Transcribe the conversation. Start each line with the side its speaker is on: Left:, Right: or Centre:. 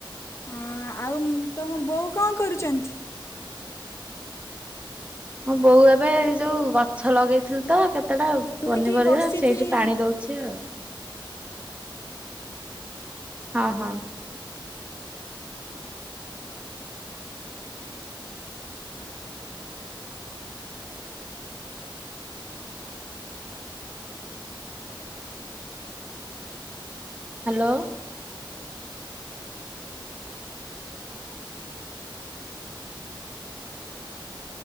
Left: ହଁ, ଆଉ ତମ ବୋଉ କଣ କରୁଛନ୍ତି?
Right: ମୋ ବୋଉ ଏବେ ଏଇ ଯୋଉ ଗଛ ଲଗେଇଥିଲି ତ କେତେଟା ଆଉ
Left: ମୁଁ
Right: ପନିପରିବା
Left: ଏଇଠି ବସିଥିଲି
Right: ସେଇଠି ପାଣି ଦଉଛି ଆଉ। ହଁ ହଁ। ହ୍ୟାଲୋ।